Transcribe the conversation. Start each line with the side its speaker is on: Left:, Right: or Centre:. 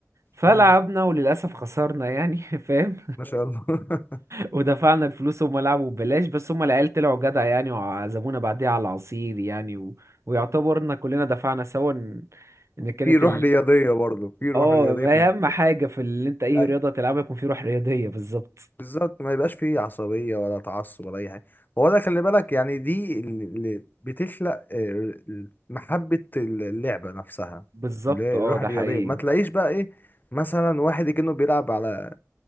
Right: فلعبنا
Left: مم.
Right: وللاسف خسرنا يعني <laughs> فاهم
Left: ما شاء الله <laughs>
Right: ودفعنا الفلوس هم لعبوا ببلاش بس هم العيال طلعوا جدع يعني وعزمونا بعديها على العصير يعني و... ويعتبرنا كلنا دفعنا سوا ان إن كانت
Left: في روح رياضيه برضه في روح
Right: اه
Left: رياضيه
Right: اهم
Left: في الموضوع
Right: حاجه في اللي انت اي
Left: أي.
Right: رياضه تلعبها يكون في روح رياضيه بالظبط
Left: بالظبط ما يبقاش فيه عصبيه ولا تعصب ولا اي حاجه هو ده خلي بالك يعني دي اللي بتخلق آه، محبه اللعبه نفسها
Right: بالظبط
Left: اللي هي
Right: اه
Left: الروح
Right: ده
Left: الرياضيه
Right: حقيقي
Left: ما تلاقيش بقى ايه مثلا واحد كأنه بيلعب على